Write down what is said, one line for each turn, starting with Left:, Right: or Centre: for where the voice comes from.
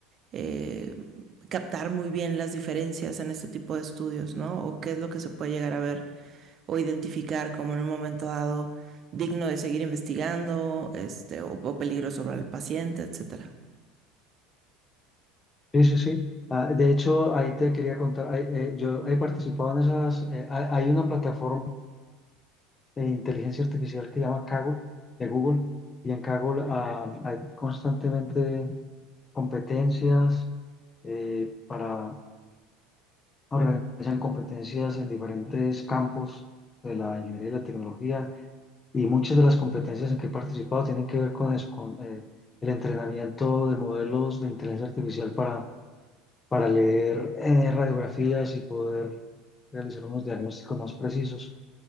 Right: eh, captar muy bien las diferencias en este tipo de estudios, ¿no? O qué es lo que se puede llegar a ver o identificar como en un momento dado digno de seguir investigando, este, o, o peligro sobre el paciente, etcétera.
Left: Sí, sí, sí. Ah, de hecho, ahí te quería contar, ahí, eh, yo he participado en esas, eh, hay hay una plataforma de inteligencia artificial que llama Kaggle, de Google, y en Kaggle ah, hay constantemente competencias eh, para organizar competencias en diferentes campos de la ingeniería y la tecnología, y muchas de las competencias en que he participado tienen que ver con, eso, con eh, el entrenamiento de modelos de inteligencia artificial para, para leer eh, radiografías y poder realizar unos diagnósticos más precisos.